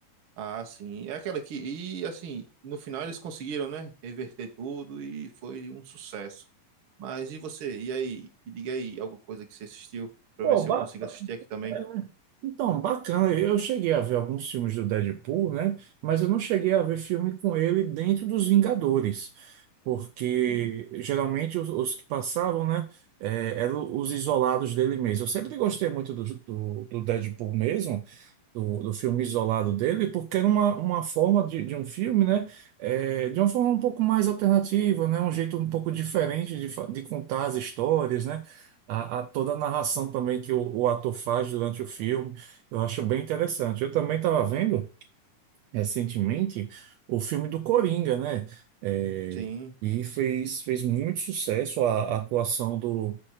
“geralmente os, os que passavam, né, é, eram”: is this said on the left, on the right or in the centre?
Right